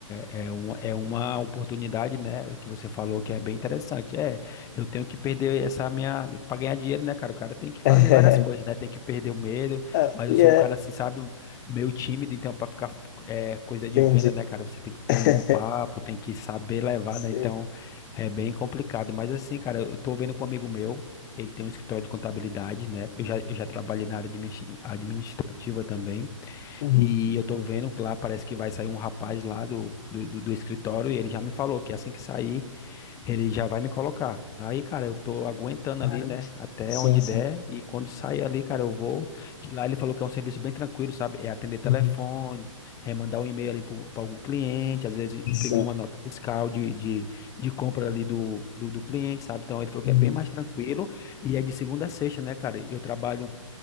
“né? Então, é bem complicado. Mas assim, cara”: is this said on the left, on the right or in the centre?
Left